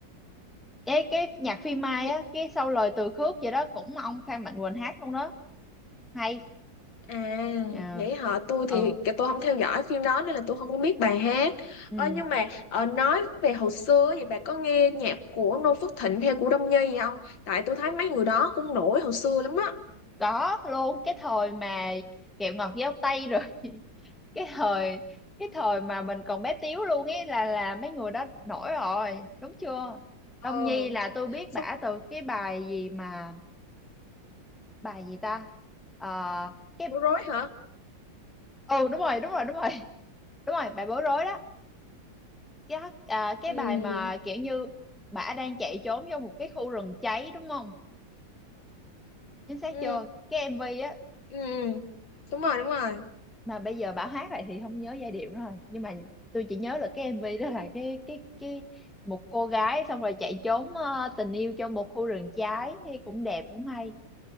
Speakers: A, in the centre; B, on the left.
A: cái cái nhạc phim Mai
B: bà
A: á cái sau lời Từ Khước gì đó cũng ông Phan Mạnh Quỳnh hát luôn đó hay
B: À,
A: ờ
B: vậy hả? Tôi
A: ừ,
B: thì cái tôi không theo dõi phim đó nên là tôi không có biết bài hát.
A: ừ.
B: Ơ nhưng mà ờ, nói về hồi xưa thì bà có nghe nhạc của Noo Phước Thịnh hay của Đông Nhi gì không? Tại tôi thấy mấy người đó cũng nổi hồi xưa lắm á.
A: có luôn cái thời mà kẹo ngọt giao tây rồi <laughs> cái thời cái thời mà mình còn bé tíu luôn ấy là là mấy người đó nổi rồi đúng chưa
B: Ờ,
A: Đông Nhi là tôi biết
B: xong
A: bả từ cái bài gì mà bài gì ta Ờ, cái
B: bối rối hả?
A: ừ đúng rồi đúng rồi đúng rồi đúng rồi bài bối rối đó cái à, cái
B: Ừ,
A: bài mà kiểu như bả đang chạy trốn vô một cái khu rừng cháy đúng không chính xác
B: ừ,
A: chưa cái MV á
B: ừ, đúng rồi, đúng rồi.
A: mà bây giờ bảo hát lại thì không nhớ giai điệu nữa rồi nhưng mà tôi chỉ nhớ được cái MV đó là cái cái cái một cô gái xong rồi chạy trốn ờ, tình yêu trong một khu rừng trái thì cũng đẹp cũng hay